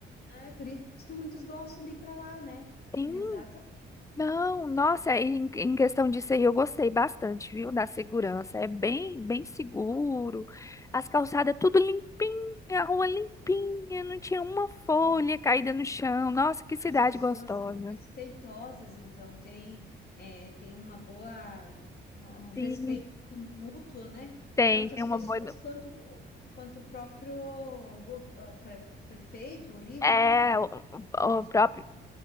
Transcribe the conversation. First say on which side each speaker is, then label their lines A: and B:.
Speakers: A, on the left; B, on the left.
A: né? É por isso que muitos gostam de ir para lá, né?
B: Sim,
A: Exatamente.
B: não, nossa, aí em, em questão disso aí eu gostei bastante, viu, da segurança. É bem, bem seguro, as calçadas tudo limpinha, a rua limpinha, não tinha uma folha
A: Uhum.
B: caída no
A: Sim.
B: chão. Nossa, que cidade
A: As pessoas
B: gostosa.
A: são respeitosas, então tem, é, tem uma boa, um um respeito
B: Sim,
A: mútuo, né?
B: tem,
A: Tanto
B: tem
A: as
B: uma
A: pessoas
B: boa.
A: quanto, o- quanto o próprio gov- ah, pre- prefeito ali,
B: É,
A: tudo que limpa,
B: o, o-
A: deixa
B: o próprio
A: tudo.